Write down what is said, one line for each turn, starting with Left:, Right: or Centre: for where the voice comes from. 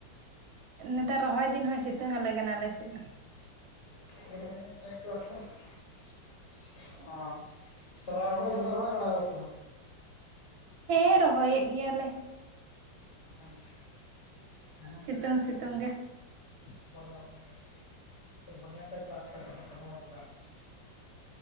Right: ᱱᱮᱛᱟᱨ ᱨᱚᱦᱚᱭ ᱫᱤᱱ ᱦᱚᱸᱭ ᱥᱤᱛᱩᱝ ᱟᱞᱮ ᱠᱟᱱᱟ ᱟᱞᱮ ᱥᱮᱫ ᱫᱚ᱾
Left: <unintelligible> ᱚ ᱛᱟᱦᱞᱮ ᱦᱩᱲᱩ ᱠᱚᱫᱚ ᱯᱮ ᱨᱚᱦᱚᱭ ᱵᱟᱲᱟᱣ ᱠᱟᱫᱟ ᱥᱮ ᱵᱟᱝ?
Right: ᱦᱮᱸ ᱨᱚᱦᱚᱭᱮᱫ ᱜᱮᱭᱟ ᱞᱮ
Left: <unintelligible>
Right: ᱥᱤᱛᱩᱝ ᱥᱤᱛᱩᱝ ᱜᱮ
Left: <unintelligible>